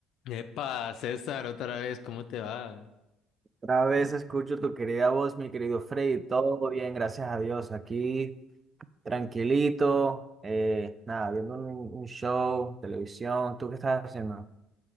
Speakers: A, on the left; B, on the right.
A: Epa, César, otra vez, ¿cómo te va?
B: Otra vez escucho tu querida voz, mi querido Freddy. Todo bien, gracias a Dios. Aquí, tranquilito. eh, nada, viendo un, un show, televisión. ¿Tú qué estás haciendo?